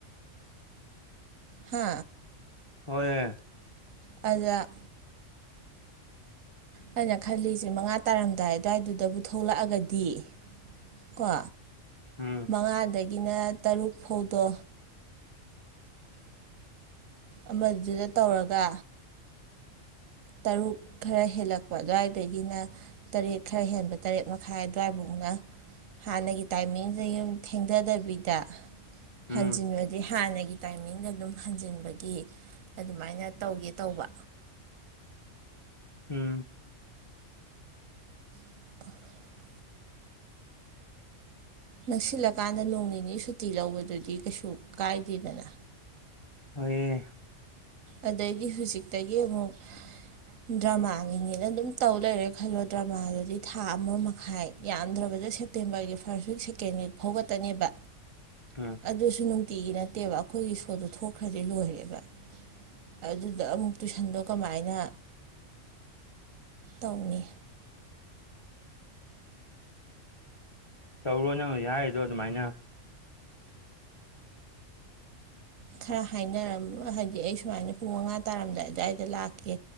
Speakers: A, on the right; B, on the left.
A: ꯍꯥ
B: ꯍꯣꯏꯌꯦ
A: ꯑꯗ ꯍꯥꯏꯅ ꯈꯜꯂꯤꯁꯦ ꯃꯉꯥ ꯇꯥꯔꯝꯗꯥꯏ ꯑꯗꯨꯋꯥꯏꯗꯨꯗꯕꯨ ꯊꯣꯛꯂꯛꯑꯒꯗꯤ ꯀꯣ
B: ꯎꯝ
A: ꯃꯉꯥꯗꯒꯤꯅ ꯇꯔꯨꯛ ꯐꯥꯎꯗꯣ ꯑꯃꯗꯨꯗ ꯇꯧꯔꯒ ꯇꯔꯨꯛ ꯈꯔ ꯍꯦꯜꯂꯛꯄ ꯑꯗꯨꯋꯥꯏꯗꯒꯤꯅ ꯇꯔꯦꯠ ꯈꯔ ꯍꯦꯟꯕ ꯇꯔꯦꯠ ꯃꯈꯥꯏ ꯑꯗꯨꯋꯥꯏꯕꯨꯛꯅ ꯍꯥꯟꯅꯒꯤ ꯇꯥꯏꯃꯤꯡꯗ ꯌꯨꯝ ꯊꯦꯡꯊꯗꯕꯤꯗ
B: ꯎꯝ
A: ꯍꯟꯖꯤꯟ ꯑꯗꯩ ꯍꯥꯟꯅꯒꯤ ꯇꯥꯏꯃꯤꯡꯗ ꯑꯗꯨꯝ ꯍꯟꯖꯤꯟꯕꯒꯤ ꯑꯗꯨꯃꯥꯏꯅ ꯇꯧꯒꯦ ꯇꯧꯕ꯫
B: ꯎꯝ
A: <inaudible> ꯅꯛꯁꯤꯜꯂꯀꯥꯟꯗ ꯅꯣꯡ ꯅꯤꯅꯤ ꯁꯨꯇꯤ ꯂꯧꯕꯗꯨꯗꯤ ꯀꯩꯁꯨ ꯀꯥꯏꯗꯦꯗꯅ꯫
B: ꯍꯣꯏꯌꯦ
A: ꯑꯗꯩꯗꯤ ꯍꯨꯖꯤꯛꯇꯒꯤ ꯑꯃꯨꯛ ꯗ꯭ꯔꯃꯥꯒꯤꯅꯦꯅ ꯑꯗꯨꯝ ꯇꯧ ꯂꯩꯔꯦ ꯈꯜꯂꯣ ꯗ꯭ꯔꯃꯥꯗꯨꯗꯤ ꯊꯥ ꯑꯃ ꯃꯈꯥꯏ ꯌꯥꯝꯗ꯭ꯔꯕꯗ ꯁꯦꯞꯇꯦꯝꯕꯔꯒꯤ ꯐꯥꯔꯁ ꯋꯤꯛ ꯁꯦꯀꯦꯟ ꯋꯤꯛ ꯐꯥꯎꯈꯛꯇꯅꯦꯕ꯫
B: ꯎꯝ
A: ꯑꯗꯨꯁꯨ ꯅꯨꯡꯇꯤꯒꯤ ꯅꯠꯇꯦꯕ ꯑꯈꯣꯏꯒꯤ ꯁꯣꯗꯣ ꯊꯣꯛꯈ꯭ꯔꯗꯤ ꯂꯣꯏꯔꯦꯕ꯫ ꯑꯗꯨꯗ ꯑꯃꯨꯛ ꯇꯨꯏꯁꯟꯗꯣ ꯀꯃꯥꯏꯅ ꯇꯧꯅꯤ꯫
B: ꯇꯧꯔꯣ ꯅꯪ ꯍꯨꯖꯤꯛ ꯍꯥꯏꯔꯤꯗꯣ ꯑꯗꯨꯃꯥꯏꯅ꯫
A: ꯈꯔ ꯍꯥꯏꯅꯔꯝ ꯍꯥꯏꯗꯤ ꯑꯩ ꯁꯨꯃꯥꯏꯅ ꯄꯨꯡ ꯃꯉꯥ ꯇꯥꯔꯝꯗꯥꯏ ꯑꯗꯨꯋꯥꯏꯗ ꯂꯥꯛꯀꯦ